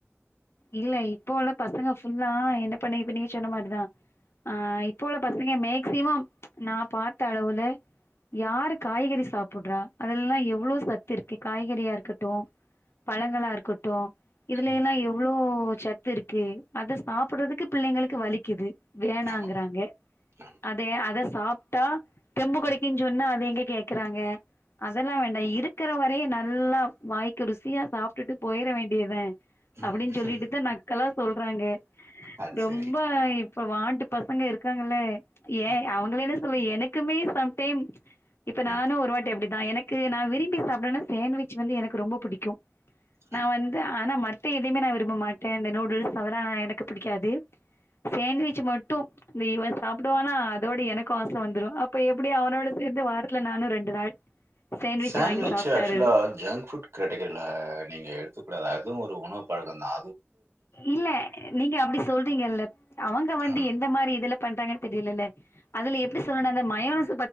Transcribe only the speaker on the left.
இல்ல இப்போ உள்ள பசங்க ஃபுல்லா என்ன பண்ணிருது நீங்க சொன்ன மாரிதா அஹ் இப்போ உள்ள பசங்க மேக்சிமம் நா பாத்த அளவுல யாரு காய்கறி சாப்பிடுறா அதுலல்லா எவ்ளவு சத்து இருக்கு காய்கறியா இருக்கட்டு பழங்களா இருக்கட்டு இதுலெல்லாம்
எவ்ளோ ஓ சத்து இருக்கு அத சாப்பிடுறதுக்கு பிள்ளைங்களுக்கு வலிக்குது வேணாங்கறாங்க
அத அத சாப் டா தெம்பு கெடைக்குன்னு
சொன்ன அது எங்க கேக்குறாங்க அதெல்லாம் வேண்டாம் இருக்கிற வரைய நல்லா வாய்க்கு ருசியா சாப்பிட்டுட்டு போயிட வேண்டியத
அப்டின்னு சொல்லிட்டுதா
நக்கலா சொல்றாங்க
ரொம்ப
இப்ப வாண்டு பசங்க இருக்காங்களே
ஏன் அவங்களைன்னு சொல்லல எனக்குமே சம் சேம் இப்ப நானும்
ஒரு வாட்டி அப்படிதான் நான் எனக்கு நான் விரும்பி சாப்பிடேனா சாண்ட்விச் வந்து எனக்கு ரொம்ப பிடிக்கும் நான்
வந்து ஆனா ம மந்த எதையுமே நான் விரும்ப மாட்டேன் இந்த நூடுல்ஸ் அதெல்லாம் எனக்கு பிடிக்காது சாண்ட்விச் மட்டும் இவன் சாப்பிடுவான் ஆ அதோட எனக்கும் ஆசை வந்துடும் இப்ப எப்டி அவனோட சேந்து வாரத்துல நானும் ரெண்டு நாள் சேண்ட்விச்
வாங்கி சாப்பிட்டர்றது.
இல்ல நீங்க அப்படி சொல்றீங்கல்ல அவங்க வந்து
எந்த மாதிரி இதுல பன்றாங்கானு தெரியலழ அதுல எப்டி சொல்ல அந்த <unintelligible>